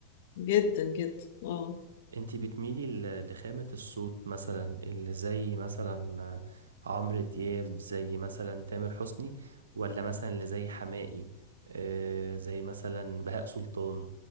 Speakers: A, on the left; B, on the right.
A: جدا جدا اه
B: انتي بتميلي ل- لخامة الصوت مثلا اللي زي مثلا آه، عمرو دياب زي مثلا تامر حسني ولا مثلا اللي زي حماقي آه زي مثلا بهاء سلطان